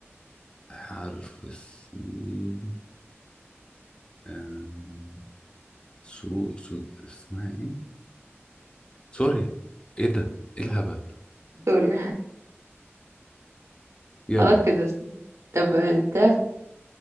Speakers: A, on the left (about 20°); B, on the right (about 85°).
A: حرف السين أم... سو... سو اسمها ايه سوريا ايه ده ايه الهبل
B: سوري
A: يلا
B: خلاص كده طب ده